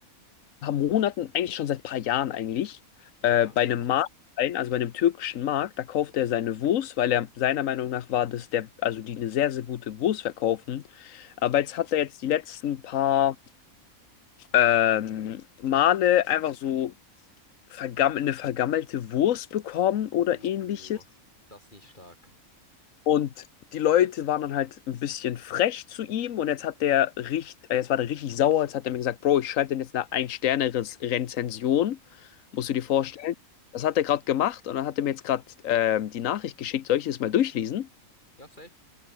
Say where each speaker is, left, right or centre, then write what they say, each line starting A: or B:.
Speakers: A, on the left (about 65°); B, on the left (about 35°).
A: paar Monaten, eigentlich schon seit paar Jahren eigentlich,
B: Ja.
A: äh, bei einem Markt ein, also bei einem türkischen Markt, da kauft er seine Wurst, weil er seiner Meinung nach war, dass der, also die eine sehr, sehr gute Wurst verkaufen. Aber jetzt hat er jetzt die letzten paar ähm, Male einfach so vergam eine vergammelte Wurst bekommen oder
B: Uh,
A: ähnliches.
B: das ist nicht stark.
A: Und die Leute waren dann halt ein bisschen frech zu ihm und jetzt hat der richtig, jetzt war der richtig sauer, jetzt hat er mir gesagt, Bro, ich schreibe dir jetzt eine Ein-Sterne-Rezension.
B: Mhm.
A: Musst du dir vorstellen. Das hat er gerade gemacht und dann hat er mir jetzt gerade ähm, die Nachricht geschickt, soll ich das mal durchlesen?
B: Ja, safe.